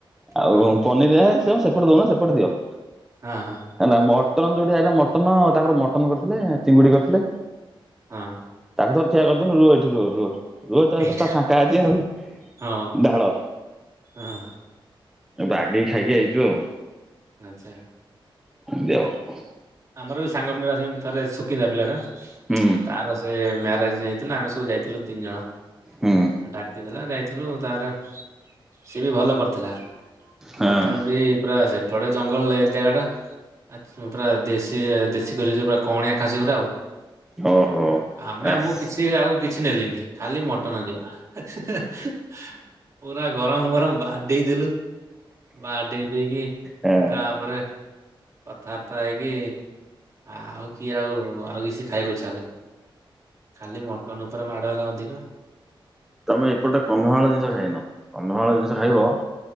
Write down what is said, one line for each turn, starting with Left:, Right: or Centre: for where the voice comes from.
Centre: ଆଉ
Right: ହଁ
Centre: ପ <unintelligible> ସେପଟେ ଦଉନ ସେପଟେ ଦିଅ।
Right: ହଁ ହଁ।
Centre: ହେଲା ମଟନ ଯୋଉଠିଆ ଆଇଲା ମଟନ। ତାଙ୍କର ମଟନ କରିଥିଲେ। ଚିଙ୍ଗୁଡି କରିଥିଲେ।
Right: ହଁ।
Centre: ତାଙ୍କୁ ଠିଆ କରିଦେଲୁ। ରୁହ ଏଠି ରୁହ, ରୁହ। ରୁହ ତାର
Right: ଏଇଠି
Centre: ତ ପୁରା ଫାଙ୍କା ଅଛି ଆଉ।
Right: ହଁ
Centre: ଢାଳ।
Right: ହଁ
Centre: ବାଗେଇକି ଖାଇକି ଆଇଛୁ ଆଉ।
Right: ଆଚ୍ଛା।
Centre: <unintelligible>
Right: ଆମର ବି ସାଙ୍ଗ ପିଲା ଟା ସେମିତି ଥରେ ଶୁକିନ୍ଦା ପିଲାଟା।
Centre: ହୁଁ
Right: ତାର ସେ ମ୍ୟାରେଜ ହେ ଇ ଥିଲା ଆମେ ସବୁ ଯାଇଥିଲୁ ତିନି ଜଣ।
Centre: ହୁଁ
Right: ଡାକି ଥିଲା ଯାଇଥିଲୁ। ତାପରେ ସିଏ ବି ଭଲ କରିଥିଲା।
Centre: ହଁ
Right: ମଟନ ବି ପୁରା ସେପଟେ ଜଙ୍ଗଲ <unintelligible> ଜାଗା ଟା। ଆଚ୍ଛା ପୁରା ଦେଶୀ ଦେଶୀ କହିଲି ଯ ପୁରା କଅଣିଆ ଖାସି ଗୁରା ଆଉ।
Centre: ଓହୋ
Right: ଆମେ
Centre: ଆସ୍
Right: ମୁଁ କିଛି ଆଉ କିଛି କିଛି ନେଲିନି। ଖାଲି ମଟନ ଦିଅ। ପୁରା ଗରମ, ଗରମ ବାଡେଇ ଦେଲୁ। ବାଡେଇ ଦେଇକି
Centre: ହଁ।
Right: ତାପରେ କଥାବାର୍ତ୍ତା ହେଇକି, ଆଉ କିଏ ଆଉ ଆଉ କିଛି ଖାଇବାକୁ ଇଚ୍ଛା ହେଲାନି। ଖାଲି ମଟନ ଉପରେ ମାଡ଼ ହେଲା ଅଧିକ।
Centre: ତମେ ଏପଟେ କନ୍ଧମାଳ ଜିନିଷ ଖାଇନ। କନ୍ଧମାଳ ଜିନିଷ ଖାଇବ।